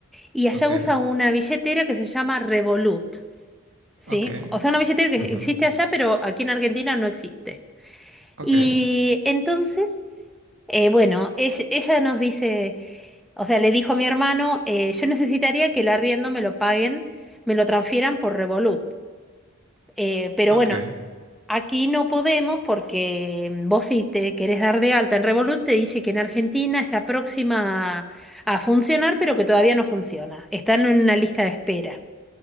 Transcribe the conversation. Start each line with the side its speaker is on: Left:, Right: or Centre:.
Centre: y allá
Right: Ok,
Centre: usa una billetera que se llama Revolut, ¿sí?
Right: ok,
Centre: O sea, una billetera que
Right: ujú,
Centre: existe allá, pero aquí en Argentina no existe.
Right: ok,
Centre: Y entonces, eh, bueno, ell- ella, nos dice, o sea, le dijo a mi hermano, eh, yo necesitaría que el arriendo me lo paguen, me lo transfieran por Revolut. Eh, pero
Right: ok,
Centre: bueno, Aquí no podemos porque mm, vos si te querés dar de alta en Revolut te dice que en Argentina está próxima a, a funcionar, pero que todavía no funciona. Están en una lista de espera.